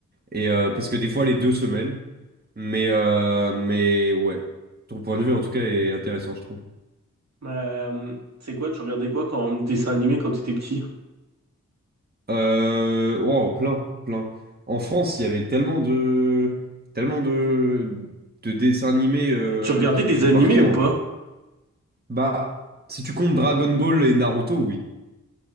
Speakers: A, on the right; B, on the right.
A: Et euh, parce que des fois, les deux se mêlent. Mais, euh, mais ouais, ton point de vue en tout cas est intéressant, je trouve.
B: Euh, c'est quoi, tu regardais quoi quand dessin animé quand t'étais petit?
A: Euh, wow, plein, plein. En France, il y avait tellement de, tellement de, de dessins animés euh,
B: Tu regardais
A: qui
B: des
A: nous ont
B: animés
A: marqués
B: ou
A: en
B: pas?
A: vrai. Bah, si tu comptes Dragon Ball et Naruto, oui.